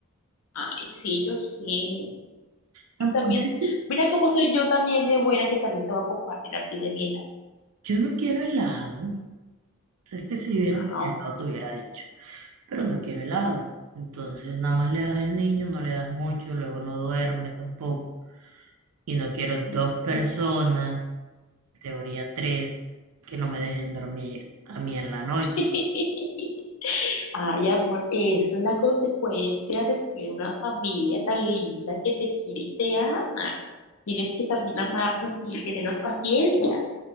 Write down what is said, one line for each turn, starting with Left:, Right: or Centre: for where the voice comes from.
Left: Ay, sí, yo sí.
Right: Tampoco
Left: Y también,
Right: es que te-
Left: mira cómo soy yo también de buena, que también te voy a compartir a ti de mi helado.
Right: yo no quiero helado. Es que si hubiera
Left: Ah,
Right: que helado te hubiera dicho, pero no quiero helado. Entonces nada más le das al niño, no le das mucho, luego no duerme tampoco. Y no quiero dos
Left: sí,
Right: personas.
Left: ya.
Right: Categoría 3, que no me dejen dormir a mí en la noche.
Left: <laughs> Ay, amor, eso es la consecuencia de tener una familia tan linda que te quiere y te ama. Tienes que también amarnos y tenernos paciencia.